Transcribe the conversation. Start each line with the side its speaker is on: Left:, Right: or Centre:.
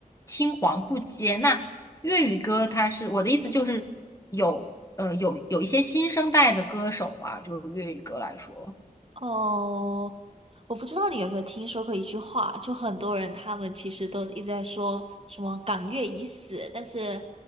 Left: 青黄不接。那粤语歌，它是我的意思就是有呃有有一些新生代的歌手嘛，就是粤语歌来说，
Right: 哦，我不知道你有没有听说过一句话，就很多人他们其实都一直在说什么“港乐已死”，但是